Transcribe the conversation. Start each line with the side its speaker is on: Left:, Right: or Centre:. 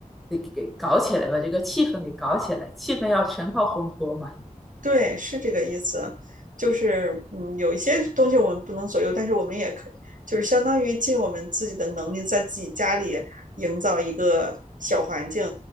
Centre: 得给搞起来，把这个气氛给搞起来，气氛要全靠烘托嘛。
Right: 对，是这个意思，就是嗯，有一些东西我们不能左右，但是我们也可，就是相当于尽我们自己的能力，在自己家里营造一个小环境，